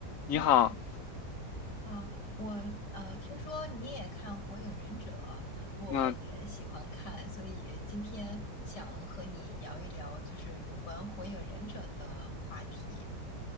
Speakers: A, on the left (about 60°); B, on the left (about 80°).
A: 你好，
B: 你好啊，我呃听说你也看《火影忍者》，我也喜欢看，
A: 嗯，
B: 所以今天想和你聊一聊，就是有关《火影忍者》的话题。